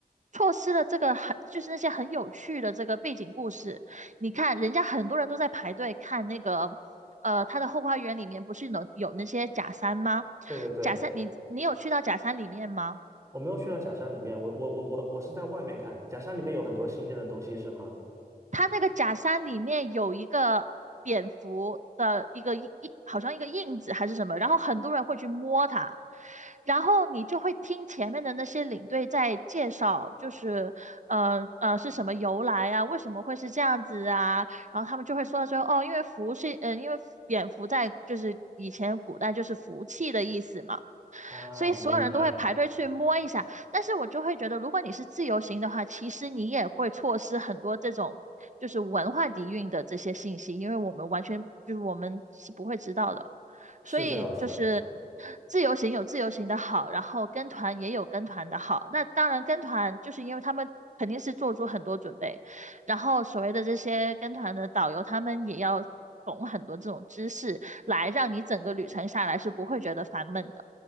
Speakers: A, on the right; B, on the right.
A: 错失了这个很，就是那些很有趣的这个背景故事。你看，人家很多人都在排队看那个，呃，他的后花园里面不是有有那些假山吗？
B: 对对对，
A: 假山，你你有去到假山里面吗？
B: 我没有去到假山里面，我我我我我是在外面看的。假山里面有很多新鲜的东西是吗？
A: 它那个假山里面有一个蝙蝠的一个印，好像一个印子还是什么，然后很多人会去摸它，然后你就会听前面的那些领队在介绍，就是呃呃是什么由来啊，为什么会是这样子啊，然后他们就会说到最后，哦，因为福是，嗯、因为蝙蝠在就是以前古代就是福气的意思嘛。
B: 啊，
A: 所以所有人都会排队去摸一下。
B: 明白，
A: 但是我就会觉得，如果你是自由行的话，其实你也会错失很多这种就是文化底蕴的这些信息，因为我们完全就是我们是不会知道的。
B: 是这样子的。
A: 所以就是自由行有自由行的好，然后跟团也有跟团的好。那当然跟团就是因为他们肯定是做出很多准备，然后所谓的这些跟团的导游，他们也要懂很多这种知识，来让你整个旅程下来是不会觉得烦闷的。